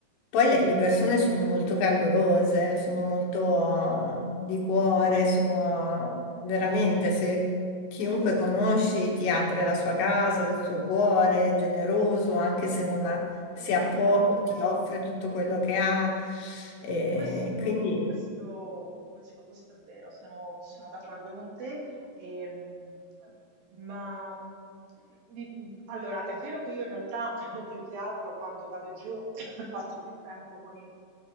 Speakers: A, on the left (about 75°); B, on the right (about 60°).
A: poi le, le persone sono molto calorose, sono molto eh, di cuore, sono veramente se chiunque conosci ti apre la sua casa, il suo cuore, è generoso, anche se non ha
B: questo
A: se ha
B: è
A: poco
B: vero.
A: ti offre tutto quello che ha. Eh,
B: Questo,
A: quindi
B: questo, questo, questo è vero, sono, sono d'accordo con te. ehm, ma mh, di- allora è vero che io in realtà <clears throat> o più che altro quando vado giù <coughs> passo più tempo con i.